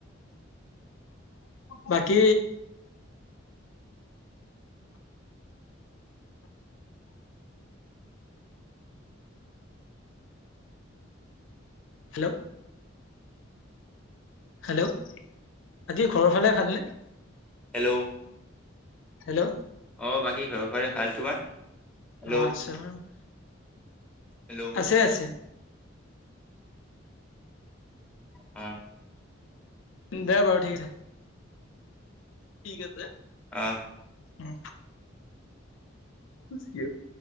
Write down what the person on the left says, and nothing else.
বাকী হেল্ল' হেল্ল', বাকী ঘৰৰ ফালে ভালনে?
হেল্ল'
অ', আছোঁ <unintelligible>
আছে, আছে।
উম', দে বাৰু ঠিক আছে। ঠিক আছে,
<unintelligible> <unintelligible>